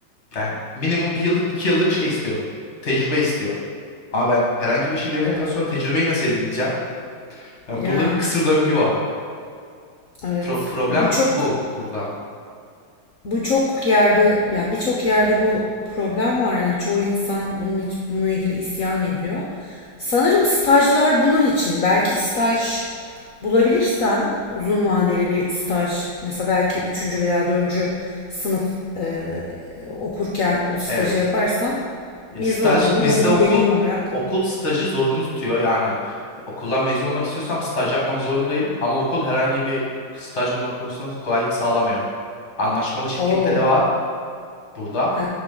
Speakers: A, on the left; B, on the left.
A: yani minimum bir yıllık, iki yıllık şey istiyor. Tecrübe istiyor. Ama ben herhangi bir işe girmedikten
B: Evet.
A: sonra tecrübeyi nasıl edineceğim? Yani
B: Değil
A: burada
B: mi?
A: bir kısır döngü var.
B: Evet.
A: Pro- problem
B: Bu çok
A: bu burada.
B: Bu çok yerde yani birçok yerde bu problem var yani çoğu insan bunun için, bununla ilgili isyan ediyor. Sanırım stajlar bunun için. Belki staj bulabilirsen uzun vadeli bir staj mesela belki üçüncü veya dördüncü sınıf e, okurken o stajı
A: Evet.
B: yaparsan
A: Ya
B: mezun
A: staj
B: olduğunda
A: bizde
B: onu
A: okul
B: bir deneyim olarak.
A: okul stajı zorunlu tutuyor yani okuldan mezun olmak istiyorsam staj yapmak zorundayım ama okul herhangi bir staj bulma konusunda kolaylık sağlamıyor. Anlaşmalı şirketleri
B: Oo.
A: var burada
B: He.